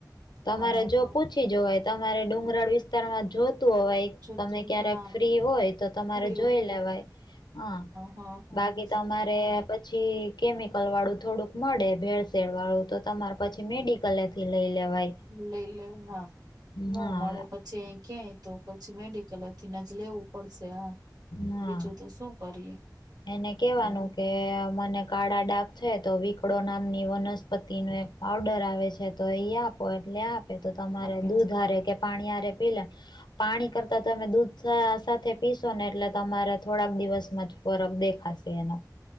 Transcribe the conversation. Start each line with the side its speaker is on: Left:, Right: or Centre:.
Left: તમારે
Right: હા
Left: જો
Right: હા
Left: પૂછી જોવાય તમારે ડુંગરાળ વિસ્તારમાં જોતું હોવાય.
Right: જતું
Left: તમે ક્યારેક
Right: હા
Left: ફ્રી હોય તો તમારે
Right: અરે એવું
Left: જોઈ લેવાય હા
Right: હા હા
Left: બાકી તમારે
Right: હા
Left: પછી પછી કેમિકલ વાળું થોડુંક મળે ભેળસેેળ વાળું તો તમારે પછી મેડિકલેથી લઈ લેવાય.
Right: લઈ લે હા નો
Left: હા
Right: મળે પછી. જે કેય તો પછી મેડિકલથીને જ લેવું પડશે હા
Left: હા
Right: બીજું તો શું કરીએ
Left: એને કેવાનું
Right: હવે
Left: કે મને કાળા ડાક છે તો વીિકડો નામની વનસ્પતિ નો એક પાવડર આવે છે તો એ આપો એટલે આપ તો તમારે
Right: આપે હ
Left: દૂધ હારે કે પાણીરે પી લ પાણી કરતા તમે દૂધ સાથે પીશ આપને ને એટલે તમારે થોડાક દિવસમાં જ ફરક દેખાશે એનો